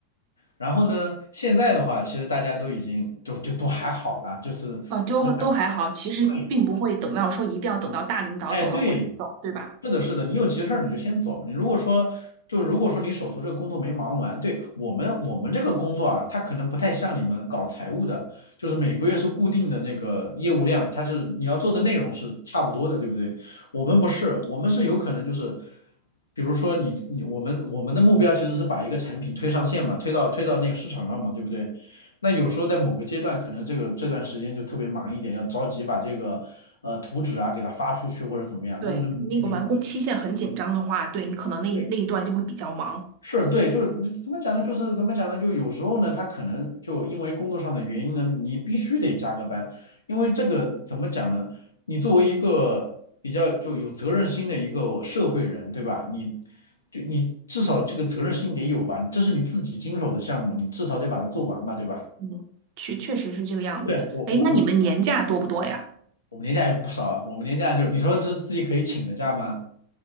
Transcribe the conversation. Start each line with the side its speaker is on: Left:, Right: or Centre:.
Left: 然后呢，现在的话，其实大家都已经就就都还好啦，就是怎么讲？
Right: 呃，就都还好，其实并不会等到说一定要等到大领导走了我才走，
Left: 对，哎，对，
Right: 对吧？
Left: 是的，是的，你有急事儿你就先走。你如果说，就如果说你手头这个工作没忙完，对，我们我们这个工作啊，它可能不太像你们搞财务的，就是每个月是固定的那个业务量，它是你要做的内容是差不多的，对不对？我们不是，我们是有可能就是，比如说你你我们我们的目标其实是把一个产品推上线嘛，推到推到那个市场上嘛，对不对？那有时候在某个阶段，可能这个这段时间就特别忙一点，要着急把这个呃图纸啊给它发出去或者怎么样。
Right: 对，
Left: 那那你
Right: 那个完工期限很紧张的话，对你可能那那一段就会比较忙。
Left: 对是对，就是怎么讲呢？就是怎么讲呢？就有时候呢，他可能就因为工作上的原因呢，你必须得加个班，因为这个怎么讲呢？你作为一个比较就有责任心的一个社会人，对吧？你就你至少这个责任心得有吧？这是你自己经手的项目，你至少得把它做完吧，对吧？
Right: 嗯，确确实是这个样子。
Left: 对，我我我
Right: 哎，那你们年假多不多呀？
Left: 我们年假也不少啊，我们年假就你说是自己可以请的假吗？